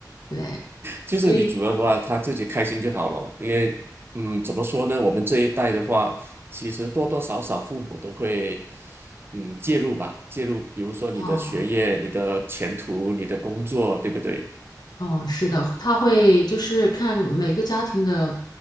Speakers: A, on the left (about 70°); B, on the right (about 30°).
A: 对，
B: 就是你主要的话，
A: 所以，
B: 他自己开心就好了，因为嗯，怎么说呢，我们这一代的话，其实多多少少父母都会嗯介入吧，介入，比如说你的学业、
A: 啊。
B: 你的前途、你的工作，对不对？
A: 嗯，是的，他会就是看每个家庭的，